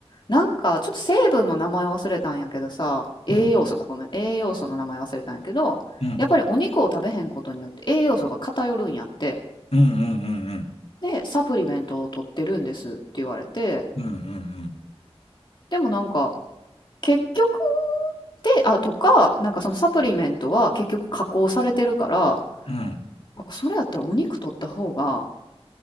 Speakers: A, on the left (about 50°); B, on the left (about 80°).
A: なんかちょっと成分の名前忘れたんやけどさ栄養素かごめん栄養素の名前忘れたんやけどやっぱりお肉を食べへんことによって栄養素が偏るんやって
B: うん、うん、うん、うん、うん、うん、
A: でサプリメントを取ってるんですって言われて
B: うん、うん、
A: でもなんか結局であとかなんかそのサプリメントは結局加工されてるから
B: うん、うん、
A: あそれやったらお肉取った方が